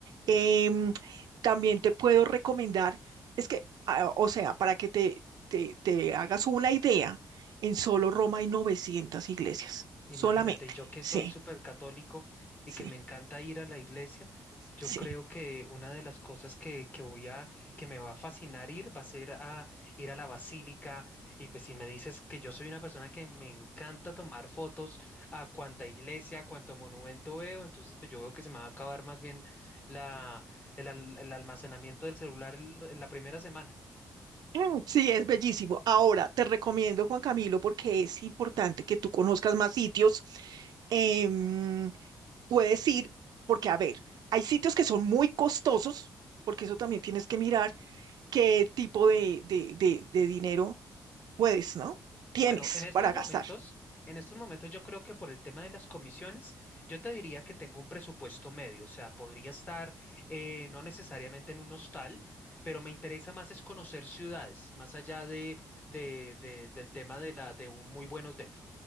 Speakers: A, on the right (about 75°); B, on the left (about 25°).
A: Em, también te puedo recomendar, es que, ah, o sea, para que te, te, te hagas una idea, en solo Roma hay 900 iglesias,
B: Imagínate,
A: solamente.
B: yo que
A: Sí,
B: soy súper católico y
A: sí,
B: que me encanta ir a la iglesia, yo
A: sí.
B: creo que una de las cosas que, que voy a, que me va a fascinar ir va a ser a ir a la basílica. Y pues si me dices que yo soy una persona que me encanta tomar fotos a cuanta iglesia, a cuanto monumento veo, entonces pues yo veo que se me va a acabar más bien la, el, al- el almacenamiento del celular l- en la primera semana.
A: Mm, Sí, es bellísimo. Ahora, te recomiendo, Juan Camilo, porque es importante que tú conozcas más sitios. em, puedes ir, porque a ver, hay sitios que son muy costosos, porque eso también tienes que mirar qué tipo de, de, de, de dinero puedes, ¿no? Tienes
B: Bueno, en estos
A: para
B: momentos,
A: gastar.
B: en estos momentos yo creo que por el tema de las comisiones, yo te diría que tengo un presupuesto medio, o sea, podría estar eh, no necesariamente en un hostal, pero me interesa más es conocer ciudades, más allá de, de- de- del tema de la, de un muy buen hotel.